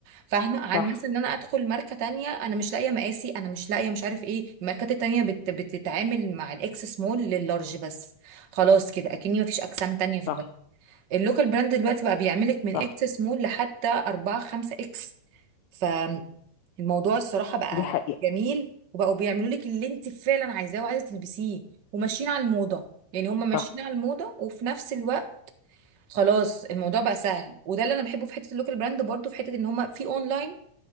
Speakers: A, on the right; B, on the left.
A: فاهمه عن
B: صح
A: مثلا ان انا ادخل ماركه تانية انا مش لاقيه مقاسي انا مش لاقيه مش عارف ايه الماركات التانية بت... بتتعامل مع الاكس سمول لللارج بس خلاص كده اكني مفيش اجسام تانية في
B: صح
A: البلد اللوكال براند دلوقتي بقى بيعملك من
B: صح
A: اكس سمول لحتى 4 5 اكس فالموضوع الصراحه بقى
B: دي حقيقه
A: جميل وبقوا بيعملوا لك اللي انت فعلا عايزاه وعايزه تلبسيه وماشيين على الموضه يعني هم ماشيين
B: صح
A: على الموضه وفي نفس الوقت خلاص الموضوع بقى سهل وده اللي انا بحبه في حته اللوكال براند برضو في حته ان هم في اونلاين